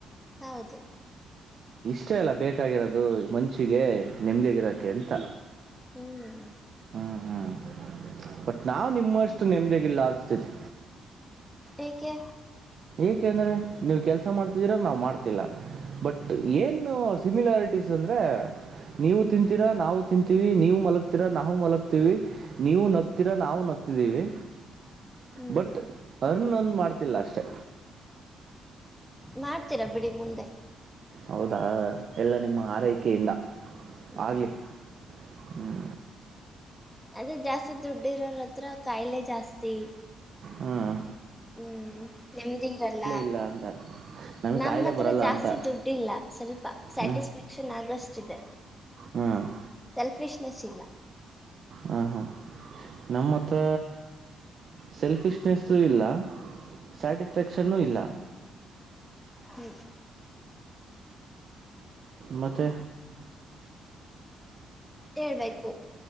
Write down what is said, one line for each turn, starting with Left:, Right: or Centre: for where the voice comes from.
Centre: ಹೌದು
Right: ಅಷ್ಟೇ ಅಲ್ಲ ಬೇಕಾಗಿರೋದು ಮನ್ಷಿಗೆ ನೆಮ್ಮದಿಗಿರೋಕ್ಕೆ ಅಂತ
Centre: ಹ್ಮ್ ಹ್ಮ
Right: ಹ್ಞೂ ಹ್ಞೂ ಬಟ್ ನಾವ್ ನಿಮ್ಮಷ್ಟು ನೆಮದಿಗಲ್ಲ ಅನ್ಸ್ತತಿ
Centre: ಏಕೆ
Right: ಯಾಕೆ ಅಂದ್ರೆ ನೀವು ಕೆಲ್ಸ ಮಾಡ್ತಿದ್ದೀರ ನಾ್ ಮಾಡ್ತಿಲ್ಲ ಬಟ್ ಏನು ಸಿಮಿಲಾರಿಟೀಸ್ ಅಂದ್ರೆ ನೀವು ತಿಂತೀರಾ ನಾವು ತಿಂತೀವಿ ನೀವು ಮಲಗ್ತೀರಾ ನಾವು ಮಲತಿವಿ ನೀವು ನಗ್ತೀರಾ ನಾವು ನಗ್ತಿದೀವಿ
Centre: ಹ್ಞೂ
Right: ಬಟ್ ಅರ್ನ್ ಒಂದ ಮಾಡ್ತಿಲ್ಲ ಅಷ್ಟೆ
Centre: ಮಾಡ್ ತಿರ ಬಿಡಿ ಮುಂದೆ
Right: ಹೌದಾ ಎಲ್ಲ ನಿಮ್ಮ ಆರೈಕೆಯಿಂದ
Centre: ಹ್ಞೂ
Right: ಆಗಲಿ ಹ್ಮ್
Centre: ಅದೇ ಜಾಸ್ತಿ ದುಡ್ಡು ಇರೋರ ಹತ್ರ ಕಾಯಿಲೆ ಜಾಸ್ತಿ
Right: ಹ್ಮ್
Centre: ಹ್ಮ ನೆಮ್ಮದಿ ಇರಲ್ಲ
Right: ಇಲ್ಲ ಅಂತ ನಮಗೆ
Centre: ನಮ್ಮ
Right: ಕಾಯಿಲೆ
Centre: ಹತ್ರ
Right: ಬರಲ್ಲ
Centre: ಜಾಸ್ತಿ
Right: ಅಂತ
Centre: ದುಡ್ಡಿಲ್ಲ ಸ್ವಲ್ಪ ಸ್ಯಾಟಿಸ್ಫ್ಯಾಕ್ಷನ್
Right: ಹ್ಞೂ
Centre: ಆಗೋಷ್ಟಿದೆ
Right: ಹ್ಞೂ
Centre: ಸೆಲ್ಫಿಶ್ನೆಸ್ ಇಲ್ಲ
Right: ಹಾಂ ಹಾಂ ನಮ್ಮ ಹತ್ರ ಸೆಲ್ಫಿಶ್ನೆಸ್ಸೂ ಇಲ್ಲ ಸ್ಯಾಟಿಸ್ಫ್ಯಾಕ್ಷನ್ನೂ ಇಲ್ಲ
Centre: ಹ್ಮ್
Right: ಮತ್ತೆ
Centre: ಹೇಳಬೇಕು